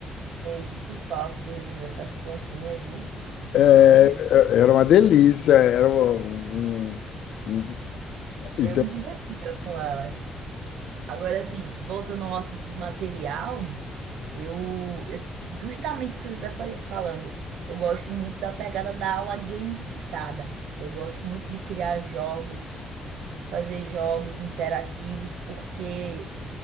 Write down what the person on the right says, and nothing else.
E sinto falta de resolver essas plantinhas, viu?
Muito...
Eu me divertia com elas. Agora, assim, voltando ao assunto do material, Eu, eu- justamente o que você está falando, eu gosto muito da pegada da aula gamificada. Eu gosto muito de criar jogos, fazer jogos interativos, porque